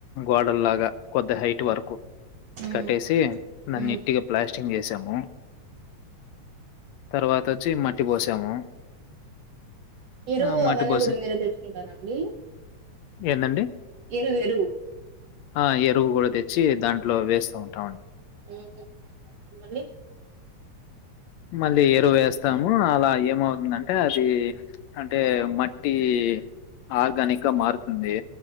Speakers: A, on the left; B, on the right.
A: గోడల్ లాగా కొది హైట్ వరకు
B: ఉమ్
A: కట్టేసి దన్ని
B: ఉమ్
A: ఇట్టిగా ప్లాస్టిక్ కచింగ్ చేసాము తర్వాత వచ్చి మట్టి పోసాము.
B: ఎరువు
A: ఆ మట్టి
B: అవన్నీ
A: పోసి
B: కూడా మీరే తెచ్చుకుంటారండి
A: ఏందండి
B: ఎరువు ఎరువు
A: ఆ ఎరువు కూడా తెచ్చి దాంట్లో వేస్తూ ఉంటామండి
B: ఓడి
A: మళ్ళీ ఎరువు వేస్తాము అలా ఏమవుతుందంటే అది అంటే మట్టి ఆర్గానిక్ గా మారుతుంది